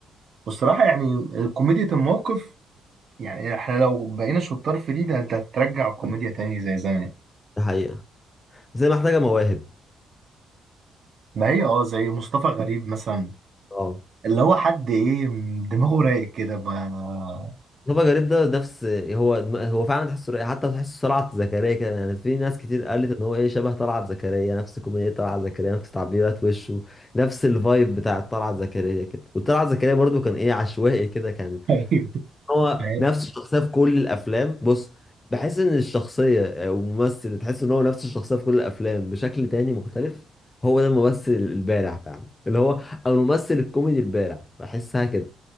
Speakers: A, on the right; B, on the left.
A: والصراحة يعني كوميديا الموقف يعني احنا لو بقينا شطار في دي ده انت هترجع الكوميديا تاني زي زمان
B: ده حقيقه بس هي محتاجه مواهب
A: ما هي اه زي مصطفى غريب مثلا
B: اه
A: اللي هو حد ايه م- دماغه رايق كده ما
B: مصطفى غريب ده نفس هو هو فعلا تحس حتى تحس طلعت زكريا كده يعني في ناس كتير قالت ان هو ايه شبه طلعت زكريا نفس كوميديا طلعت زكريا نفس تعبيرات وشه نفس الفايب بتاع طلعت زكريا كده وطلعت زكريا برضو كان ايه عشوائي كده كان
A: <laughs> ايوه
B: هو
A: ما هي
B: نفس الشخصيه في كل الافلام بص بحس ان الشخصيه او الممثل اللي تحس ان هو نفس الشخصيه في كل الافلام بشكل تاني مختلف هو ده الممثل البارع فعلا اللي هو او الممثل الكوميدي البارع بحسها كده